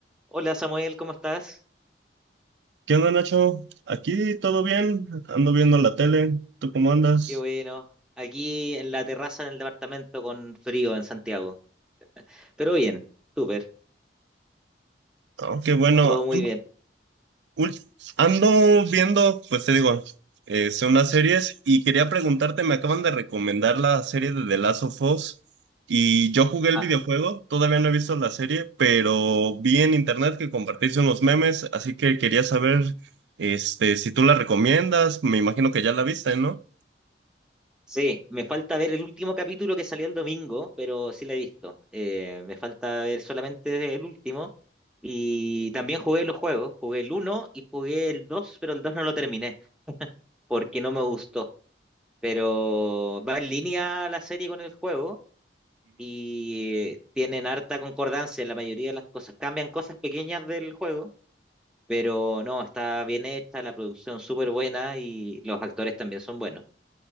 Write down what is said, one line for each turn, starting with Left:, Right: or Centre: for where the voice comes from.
Centre: Hola Samuel, ¿cómo estás?
Right: ¿Qué onda, Nacho? Aquí todo bien, ando viendo la tele, ¿tú cómo andas?
Centre: Qué bueno. Aquí en la terraza del departamento con frío en Santiago. Pero bien, súper,
Right: Oh, qué bueno.
Centre: todo muy bien.
Right: Ul- Ando viendo, pues te digo, eh, son unas series y quería preguntarte, me acaban de recomendar la serie de The Last of Us y yo jugué el
Centre: Ah,
Right: videojuego, todavía no he visto la serie, pero vi en internet que compartiste unos memes, así que quería saber, este, si tú la recomiendas, me imagino que ya la viste, ¿no?
Centre: sí, me falta ver el último capítulo que salió el domingo, pero sí la he visto. Eh, me falta ver solamente el último. Y también jugué los juegos. Jugué el uno y jugué el 2, pero el 2 no lo terminé porque no me gustó. Pero va en línea la serie con el juego y tienen harta concordancia en la mayoría de las cosas. Cambian cosas pequeñas del juego, pero no, está bien hecha, la producción súper buena y los actores también son buenos.